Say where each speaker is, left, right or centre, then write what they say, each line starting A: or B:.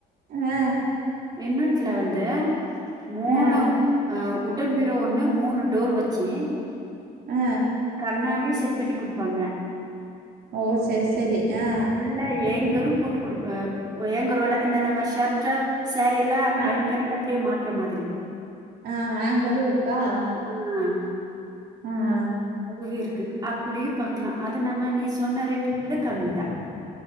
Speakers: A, on the right; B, on the right.
A: அ
B: என் நேரத்துல வந்த மூணு
A: ஆ
B: அ உட்டன் பீரோ ஒன்னு மூணு டோர் வச்சி
A: அ
B: கண்ணாடியு செட் பண்ணி குடுப்பாங்க <inaudible>
A: ஓ சரி சரி ஆ
B: உள்ளி ஏங்கரு புத் குடுக் ஏப் ஏங்கரோட இந்த நம்ம ஷர்ட சேரீ எல்லா
A: ஆ
B: அயன் பண்ணிட்டு அப்படியே மாட்ற்ற மாதிரி
A: அ ஹேங்கரும் இருக்கா
B: உம்
A: உம்
B: வி இருக்கு அப்படியும் பக்கலா அத நம்ம நீ சொன்ன ரேட்டுக்கு விட கம்மி தா